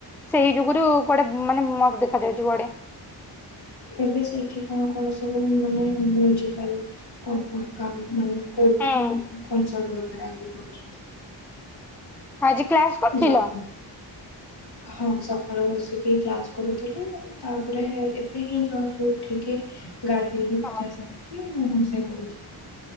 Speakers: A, in the centre; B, on the left (about 65°).
A: ସେଇ ଯୁଗୁରୁ କୁଆଡେ ମାନେ ମତ ଦେଖାଯାଉଛି ବଡ଼ିଆ।
B: ଏବେ ସେଇଠି କଣ କଣ ସବୁ ମାନେ ମିଳିଛି ଖାଲି କଣ କଣ କାମ ମାନେ କରୁଛନ୍ତି
A: ହୁଁ
B: କନସର୍ଟର ଉପରେ ଆଗରୁ କରୁଛନ୍ତି।
A: ଆଜି କ୍ଲାସ କରିଥିଲ?
B: ଜବ ହଁ ସକାଳୁ ବସିକି କ୍ଲାସ କରୁଥିଲି ତାପରେ ଏବେ ହିଁ ଜଷ୍ଟ ଉଠିକି ଗାଧେଇକି
A: ହଁ
B: ପୂଜା ସାରିକି ରୋଷେଇ କରୁଛି।